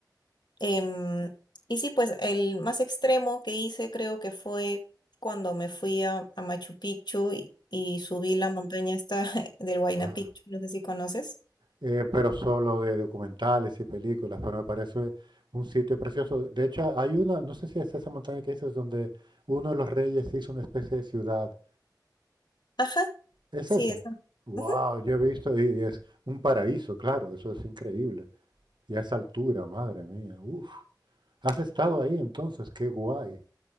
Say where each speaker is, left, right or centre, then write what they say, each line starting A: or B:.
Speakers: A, on the left; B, on the right.
A: Em, y sí, pues el más extremo que hice creo que fue cuando me fui a, a Machu Picchu y, y subí la montaña esta <laughs> del Huayna
B: Wow.
A: Picchu. No sé si conoces.
B: eh, pero solo de documentales y películas, pero me parece un sitio precioso. De hecho, hay una, no sé si es esa montaña que dices, donde uno de los reyes hizo una especie de ciudad.
A: Ajá,
B: ¿Es
A: sí,
B: esa?
A: esa.
B: Wow,
A: <laughs>
B: yo he visto y es un paraíso, claro, eso es increíble. Y a esa altura, madre mía, uff. Has estado ahí entonces, qué guay.